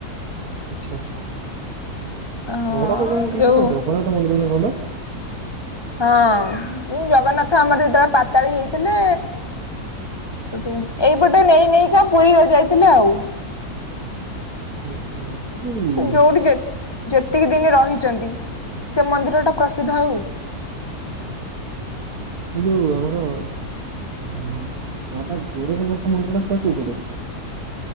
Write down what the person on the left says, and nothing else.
ହଁ
ଯୋଉ
ହଁ ଉ ଜଗନ୍ନାଥ ଆମର ଯେତେବେଳେ ପାତାଳି ହେଇଥିଲେ ଏଇଟୁ ଏଇ ପଟେ ନେଇ ନେଇକା ପୁରୀ ଯାଇଥିଲେ ଆଉ।
ଯୋଉଠି ଯେ ଯେତିକି ଦିନି ରହିଚନ୍ତି ସେ ମନ୍ଦିର ଟା ପ୍ରସିଦ୍ଧ ଆଉ।